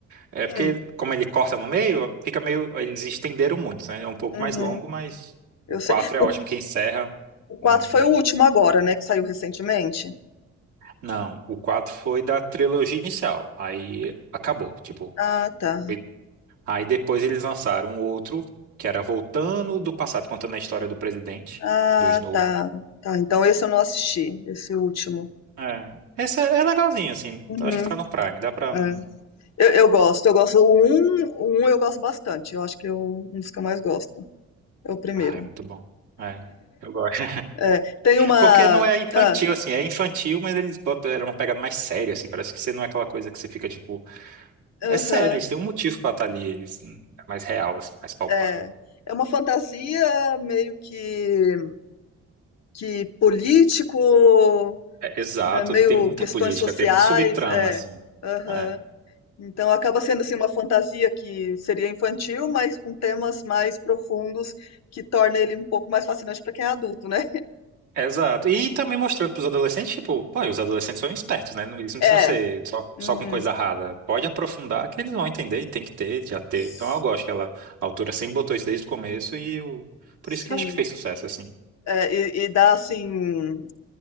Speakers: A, on the right (about 85°); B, on the left (about 60°).
A: É
B: Hum,
A: porque, como ele corta no meio, fica meio. Eles estenderam muito, né? É um pouco
B: uhum,
A: mais longo, mas
B: eu
A: o 4
B: sei.
A: é
B: O,
A: ótimo, que encerra
B: o 4
A: muito
B: foi
A: bem.
B: o último agora, né? Que saiu recentemente.
A: Não, o 4 foi da trilogia inicial. Aí acabou, tipo.
B: Ah, tá.
A: foi- Aí depois eles lançaram um outro, que era voltando do passado, contando a história do presidente,
B: Ah,
A: do Snow.
B: tá. Tá, então esse eu não assisti, esse último.
A: É. Esse é é legalzinho, assim.
B: Uhum,
A: Acho que tá no Prime, dá pra.
B: é.
A: não-
B: Eu, eu gosto, eu gosto. O um o 1 eu gosto bastante. Eu acho que eu um dos que eu mais gosto. É o primeiro.
A: Ah, é muito bom. É. Eu gosto.
B: É, tem uma.
A: Porque não é infantil,
B: Ah,
A: assim, é infantil, mas eles botam, era uma pegada mais séria, assim, parece que você não é aquela coisa que você fica, tipo, é
B: aham,
A: sério, eles têm um motivo pra estar ali, eles, hum, é mais real, assim, mais palpável.
B: é. É uma fantasia meio que, que político,
A: É, exato,
B: né, meio
A: tem muita
B: questões
A: política,
B: sociais,
A: tem muito subtrama,
B: é.
A: assim,
B: Aham.
A: é.
B: Então acaba sendo assim uma fantasia que seria infantil, mas com temas mais profundos que torna ele um pouco mais fascinante para quem é adulto, né?
A: Exato. E também mostrando pros adolescentes, tipo, pô, os adolescentes são espertos, né? Não- Eles não
B: É.
A: precisam ser só, só
B: Uhum.
A: com coisa rara. Pode aprofundar que eles vão entender e tem que ter, já ter.
B: S-
A: Então eu gosto que ela, a autora sempre botou isso desde o começo e eu, por
B: Sim.
A: isso que eu acho que fez sucesso, assim.
B: É, e, e dá assim,